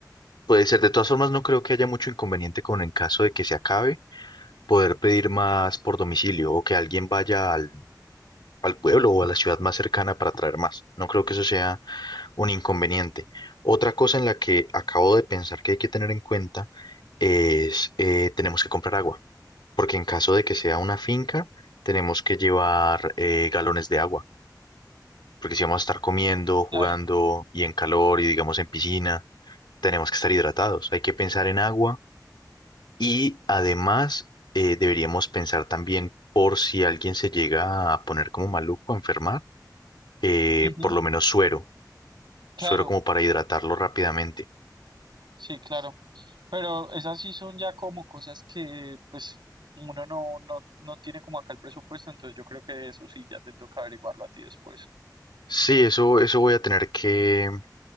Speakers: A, on the left; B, on the right.
A: puede ser. De todas formas, no creo que haya mucho inconveniente con en caso de que se acabe, poder pedir más por domicilio o que alguien
B: Ok.
A: vaya al, al pueblo o a la ciudad más cercana para traer más. No creo que eso sea un inconveniente. Otra cosa en la que acabo de pensar que hay que tener en cuenta es, eh, tenemos que comprar agua, porque en caso de que sea una finca, tenemos que llevar eh, galones de agua, porque si vamos a estar comiendo, jugando
B: Claro,
A: y en calor y digamos en piscina, tenemos que estar hidratados. Hay que pensar en agua y además eh, deberíamos pensar también por si alguien se llega a poner como maluco, a enfermar, eh,
B: ujú,
A: por lo menos suero,
B: claro,
A: suero como para hidratarlo rápidamente
B: sí, claro. Pero esas sí son ya como cosas que pues uno no, no, no tiene como acá el presupuesto, entonces yo creo que eso sí ya te toca averiguarlo a ti después.
A: Sí, eso, eso voy a tener que